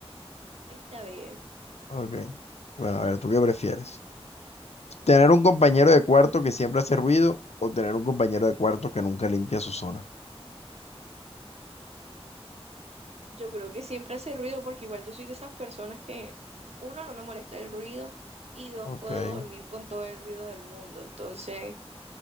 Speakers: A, on the right (about 75°); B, on the left (about 85°).
A: Esta vez,
B: Ok. Bueno, a ver, ¿tú qué prefieres? ¿Tener un compañero de cuarto que siempre hace ruido o tener un compañero de cuarto que nunca limpia su zona?
A: yo creo que siempre hace ruido porque igual yo soy de esas personas que, uno, no me molesta el ruido y dos,
B: Ok.
A: puedo
B: Eres
A: dormir con todo el ruido del mundo. Entonces,